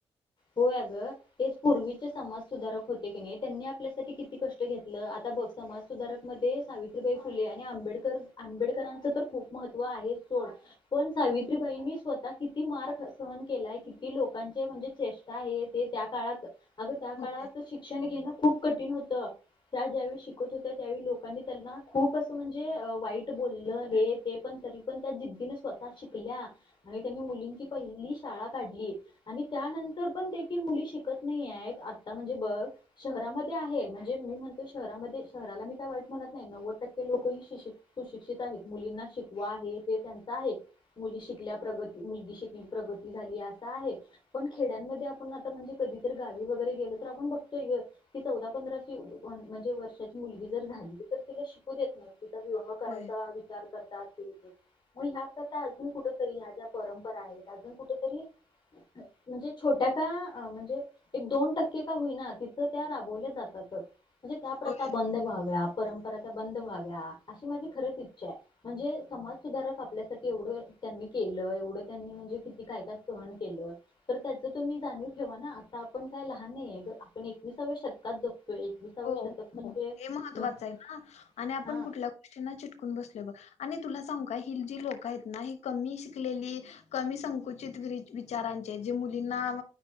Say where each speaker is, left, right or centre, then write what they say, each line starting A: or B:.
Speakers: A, on the left; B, on the left.
A: होय आगं. तेच पूर्वीचे समाज सुधारक होते की नाही त्यांनी आपल्यासाठी किती कष्ट घेतलं आता बघ समाज सुधारक मध्ये सावित्रीबाई फुले आणि आंबेडकर आंबेडकरांचं तर खूप महत्त्व आहे सोड पण सावित्रीबाईंनी स्वतः किती मार् सहन केलाय. किती लोकांचे म्हणजे चेष्टा हे ते त्या काळात आगं त्या
B: होय
A: काळात शिक्षण घेणं खूप कठीण होतं. त्या ज्यावेळी शिकत होत्या. त्यावेळी लोकांनी त्यांना खूप असं म्हणजे वाईट बोललं हे ते पण तरी पण त्या जिद्दीने स्वतः शिकल्या आणि त्यांनी मुलींची पहिली शाळा काढली. आणि त्यानंतर पण देखील मुली शिकत नाही आहेत. आता म्हणजे बघ शहरामध्ये आहे म्हणजे मी म्हणतो शहरामध्ये शहराला मी काय वाईट म्हणत नाही नव्वद टक्के लोक ही शिक्षित सुशिक्षित आहेत मुलींना शिकवा हे ते त्यांचा आहे मुली शिकल्या प्रगती मुलगी शिकली प्रगती झाली आसं आहे. पण खेड्यांमध्ये आपण आता म्हणजे कधीतर गावी वगैरे गेलो तर आपण बगतोय ग ती चौदा पंधराची म्हणजे वर्षाची मुलगी जर झाली तर तिला शिकू देत नाही तिचा विवाह करायचा
B: होय
A: विचार करतात. तीते ह्या प्रथा आजून कुठं तर ह्या ज्या परंपरा आहेत. आजून कुटतरी म्हणजे छोट्या का म्हणजे एक दोन टक्के का होईना ति थं त्या राबवल्या जातातच म्हणजे त्या प्रथा
B: होय
A: बंद व्हाव्या परंपरा त्या बंद व्हाव्या अशी माझी खरंच इच्छा आहे. म्हणजे समाज सुधारक आपल्यासाठी एवढं त्यांनी केलं एवढं त्यांनी म्हणजे किती काय काय सहन केलं तर त्याच तुम्ही जाणीव ठेवा ना आता आपण काय लहान नाही ग आपण एकविसाव्या शतकात जगतोय. एकविसाव्या
B: हो
A: शतक म्हणजे
B: हो हे महत्त्वाचं
A: म्हणजे
B: आहे ना आणि आपण
A: हा
B: कुठल्या गोष्टींना चिटकून बसले बघ आणि तुला सांगु का ही जी लोकं आहेत ना ही कमी शिकलेली कमी संकुचित विचारांचे जे मुलींना